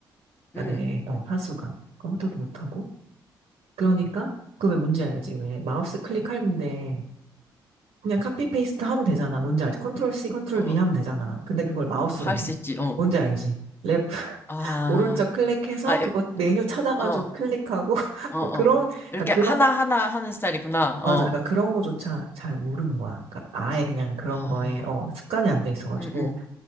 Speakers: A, on the right; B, on the left.
A: 그러니까
B: 응응응응
A: 내 어, 사수가. 컴퓨터도 못하고. 그러니까 그왜 문제 알지? 왜 마우스 클릭하는데 그냥 카피 페이스트 하면 되잖아. 뭔지 알지? 컨트롤 C, 컨트롤
B: 어,
A: V
B: 어,
A: 하면 되잖아. 근데 그걸 마우스로
B: 어, 할
A: 해.
B: 수 있지. 어.
A: 뭔지 알지? 랩, <laughs>
B: 아.
A: 오른쪽 클릭해서
B: 아,
A: 그거
B: 에,
A: 메뉴 찾아가지고
B: 어,
A: 클릭하고 <laughs>
B: 어,
A: 뭐
B: 어.
A: 그런
B: 이렇게
A: 그러니까 그런
B: 하나하나 하는 스타일이구나.
A: 맞아.
B: 어.
A: 그러니까 그런 거조차 잘 모르는 거야. 그러니까 아예 그냥 그런
B: 아,
A: 거에 어, 습관이 안 돼 있어가지고
B: 음, 음.